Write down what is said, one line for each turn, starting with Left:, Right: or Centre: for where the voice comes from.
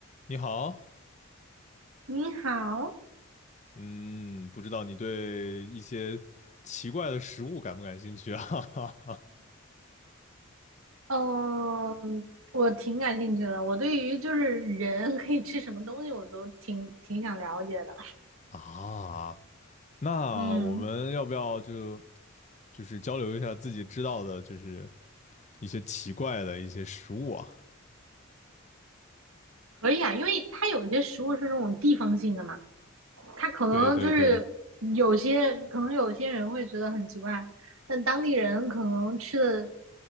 Left: 你好，
Right: 你好，
Left: 嗯，不知道你对一些奇怪的食物感不感兴趣啊？
Right: 嗯，我挺感兴趣的。我对于就是人 <laughs> 可以吃什么东西，我都挺挺想了解的。
Left: <laughs> 啊，那我们要不要就
Right: 嗯，
Left: 就是交流一下自己知道的，就是一些奇怪的一些食物啊？
Right: 可以啊，因为它有一些食物是那种地方性的嘛，它可能就是
Left: 对对对，
Right: 有些可能有些人会觉得很奇怪，但当地人可能吃的